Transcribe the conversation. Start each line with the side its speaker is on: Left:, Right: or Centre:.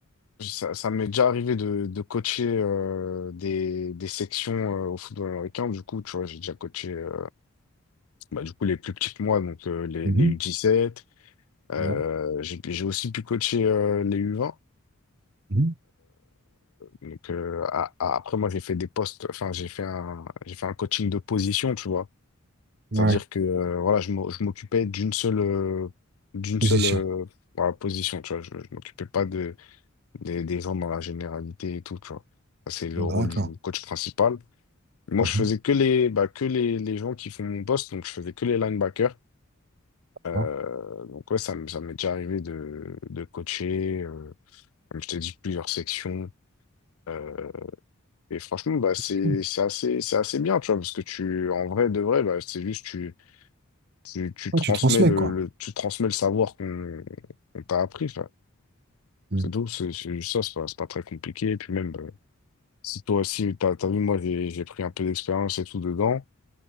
Left: ça, ça m'est déjà arrivé de, de coacher euh, des, des sections euh, au football américain. Du coup, tu vois, j'ai déjà coaché euh, bah, du coup, les plus petits que moi, donc euh, les,
Right: Mhm,
Left: les U17. Euh,
Right: Ouais.
Left: j'ai, j'ai aussi pu coacher euh, les U20.
Right: mhm,
Left: Donc, euh, a- a- après, moi, j'ai fait des postes, enfin, j'ai fait un, j'ai fait un coaching de position, tu vois. C'est-à-dire
Right: Ouais.
Left: que euh, voilà, je m'o- je m'occupais d'une seule, euh, d'une
Right: Position.
Left: seule euh, voilà, position, tu vois. Je, je m'occupais pas de des, des gens dans la généralité et tout, tu vois. Ça, C'est le
Right: D'accord.
Left: rôle du coach principal. Moi,
Right: Mhm,
Left: je faisais que les, bah, que les, les gens qui font mon poste, donc je faisais que les linebackers.
Right: d'accord.
Left: Euh, donc ouais, ça, me- ça m'est déjà arrivé de, de coacher, euh, comme je t'ai dit, plusieurs sections. Euh, et franchement, bah, c'est,
Right: Ok.
Left: c'est assez, c'est assez bien, tu vois, parce que tu, en vrai, de vrai, bah, c'est juste, tu, tu, tu
Right: Ouais,
Left: transmets
Right: tu transmets
Left: le,
Right: quoi.
Left: le- tu transmets le savoir qu'on qu'on t'a appris, tu vois.
Right: Mhm.
Left: C'est tout, c'est c'est juste ça, c'est pas, c'est pas très compliqué. Et puis même, bah, Si toi aussi, t'as, t'as vu, moi, j'ai j'ai pris un peu d'expérience et tout dedans.